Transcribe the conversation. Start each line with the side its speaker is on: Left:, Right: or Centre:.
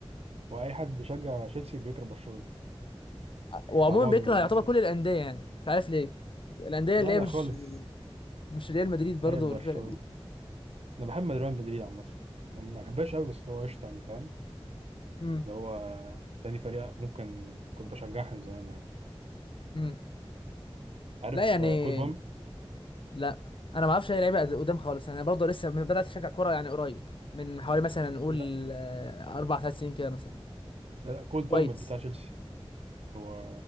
Right: واي حد بيشجع تشيلسي بيكره برشلونه
Left: آه، وعموما
Right: او معظم
Left: بيكره
Right: الناس
Left: يعتبر كل
Right: يعني
Left: الانديه يعني مش عارف ليه الانديه
Right: لا
Left: اللي هي
Right: لا
Left: مش
Right: خالص
Left: مش ريال مدريد برضه
Right: هي برشلونه
Left: الفرق دي
Right: انا بحب ريال مدريد عامه ما بحبهاش قوي بس اللي هو قشطه يعني فاهم
Left: امم
Right: اللي هو تاني فريق ممكن كنت بشجعها من زمان يعني
Left: امم
Right: عارف
Left: لا يعني
Right: آه، كول بوم
Left: لا انا ما اعرفش اي لعيبه قدام خالص انا برضه لسه بدات اشجع كوره يعني قريب من حوالي مثلا نقول
Right: لا
Left: آه، اربع ثلاث سنين كده مثلا
Right: لا كول بالمر
Left: كويس
Right: بتاع تشيلسي هو